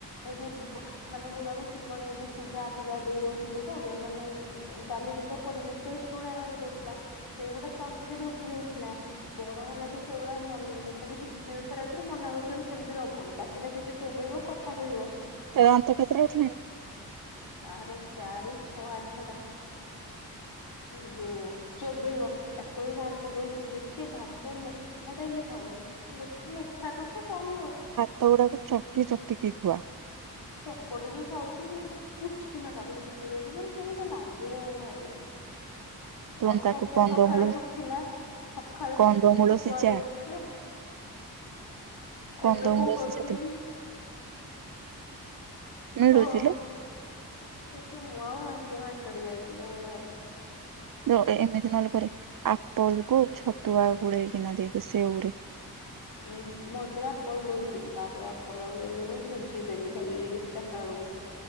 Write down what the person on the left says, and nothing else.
ଏଇଦି ତୁ ପୁ ମାନେ ମୁଁ ତାକୁ ଚିକଣେଇକି ସିଝା ଫିଝା ଦେଇ ଦଉଥୁଲି ତ ମାନେ ଦୁ ଜାଲିରେ ଚକଡିକି ପେଷ୍ଟ ଭଳିଆ ବାହାରି ପଡୁଥୁଲା, ସେଇଗୁଡା ତଣ୍ଟରେ ଢୋକି ଦଉଥୁଲା। ବଡ଼ ହେଲାଠୁ ସେଉଡା ମନ୍ ଟୋଟାଲି ଫିଜିଓଥେରାପିରେ ମନା କରୁଚନ୍ତି ସେମତି ଦବୁନି। ପାଟିଟା ଯେତେ ଚୋବେଇବ କଥା କହିବ।
ଆହାର ଚାରି ଛଅ ଆଠଟା। ଉଁ ଯୋଉ ଚୋବେଇବ ତାକୁ ଏବେ ଭାତ ଦଉଚି ଯେ ସିଏ ଭାତ ମୋ ଠାଟେ ହେଲେ ଖାଉନେଇ ଦେଖି ମୁଠାକୁ ତ କମ୍ ନଉଚି।
ଚକଟିକି ଖାଉଚି ଯେ ଇ ପୁଚକିନା କାଢି଼କି ପକେଇ ଦଉଚି ମାନେ କେମିତି ଲାଗିବ ଭାଇ।
ଆଉ ଛତୁଆ
ସଖାଳେ ଶୁଖିଲା ସଖାଳେ
ଛ ଛତୁଆ
ଦଉଚି ଯେ।
ଏବେ କୋଉ କରୁଛି
ହୁଁ ଏଇତ ମୁ ଆଉ ମା କିଏ ମାର୍କେଟ ଯାଇଚି ଯେ ମୁଁ ଯାଇନି।
ଉଁ ହୁଁ ମଝିରେ ଆପଲ ଦଉଥୁଲି ତାପରେ ଆପଲ ଆଉ ଦେଲିିନେଇ ସୁଜି ଦେଲି ଖାଲି ଚାରିଟା ଅଳୁକୁ।